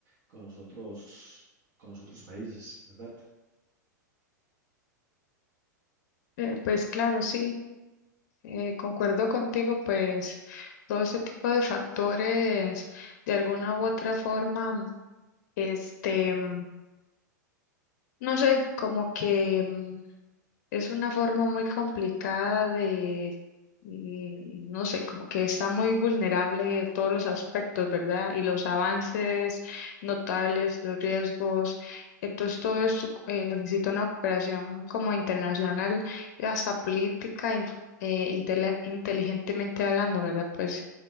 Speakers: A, on the right; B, on the left.
A: con los otros, con los otros países, ¿verdad?
B: Eh, pues claro, sí, eh, concuerdo contigo, pues todo ese tipo de factores, de alguna u otra forma, este, mm, no sé, como que mm, Es una forma muy complicada de, mm, no sé, como que está muy vulnerable en todos los aspectos, ¿verdad? Y los avances notables, los riesgos. Entonces, todo esto eh, necesita una cooperación como internacional, y hasta política, in- eh, intele- inteligentemente hablando, ¿verdad? Pues,